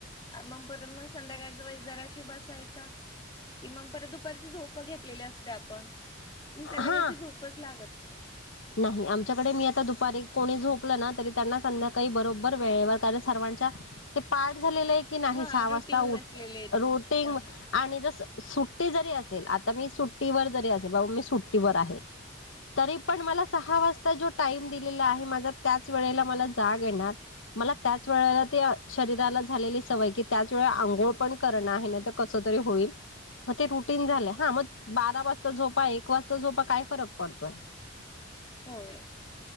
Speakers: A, on the left; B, on the left.
A: मग परत मग संध्याकाळचा वेळेस जराशी बसायचा कि मग परत दुपारची झोप घेतलेली असते आपण मग संध्याकाळची
B: हा.
A: झोपच लागत नाही
B: नाही आमच्याकडे मी आता दुपारी कोणी झोपलं ना तरी त्यांना संध्याकाळी बरोबर वेळेवर कारण सर्वांच्या ते पाठ झालेलं आहे की नाही
A: हा
B: सहा
A: रुटीन
B: वाजता
A: बसलेली आहे तुमची
B: रोटिंग
A: त्यामुळे
B: आणि जसं सुट्टी जरी असेल आता मी सुट्टीवर जरी असेल बाबा मी सुट्टीवर आहे तरी पण मला सहा वाजता जो टाइम दिलेला आहे माझा त्याच वेळेला मला जाग येणार मला त्याच वेळेला ते शरीराला झालेली सवय की त्याच वेळे आंघोळ पण करणं आहे ना कस तरी होईल मग ते रुटीन झालंय हा मग बारा वाजता झोपा एक वाजता झोपा काय फरक पडतोय
A: होय